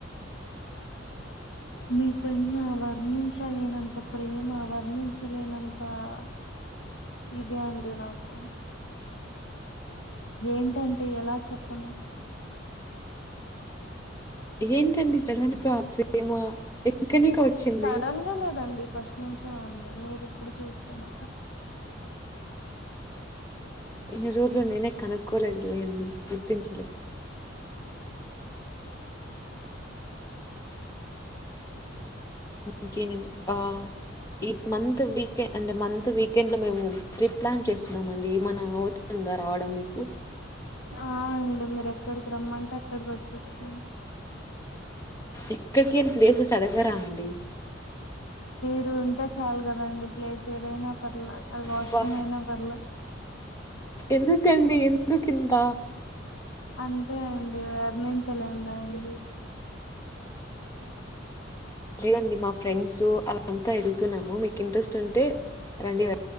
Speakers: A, on the left; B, on the left.
A: మీ పైన వర్ణించలేనంత ప్రేమ వర్ణించలేనంత ఆ ఇదే అండి నాకు ఏంటంటే ఎలా చెప్పను
B: ఏంటండి సడన్గా ఆ ప్రేమ ఎక్కడి నుంకో వచ్చింది?
A: సడన్ గా లేదండి ఫస్ట్ ఎప్పటినుంచో ఉంది మీరు ఇ ప్పుడు చూస్తున్నారు
B: ఇన్ని రోజలు నేనే కనుక్కోలేదు లేండి గుర్తించలేదు. ఇకేనండి ఆ ఈ మంత్ వీకెం అంటే మంత్ వీకెండ్ లో మేము ట్రిప్ ప్లాన్ చేస్తున్నామ అండి ఎమన అవత అందా రావడం మీకు.
A: ఆ అండి మీరు ఎక్కడికి రమ్మంటే అక్కడికి వచ్చేస్తాను.
B: ఎక్కడికి ఏ ప్లేసెస్ అడగరా అండి.
A: నువ్వు ఉంటే చాలు కదా అండి ప్లేస్ ఏదైనా పర్లే అది వాష్రూమ్
B: అబ్బా!
A: అయినా పర్లే
B: ఎందుకండి ఎందు కి ఇంత
A: అంతే అండి వర్ణంచలేము దాని
B: లేదండి మా ఫ్రెండ్స్ అలా అంతా వెళ్తున్నాము మీకు ఇంట్రెస్ట్ ఉంటే రండి వె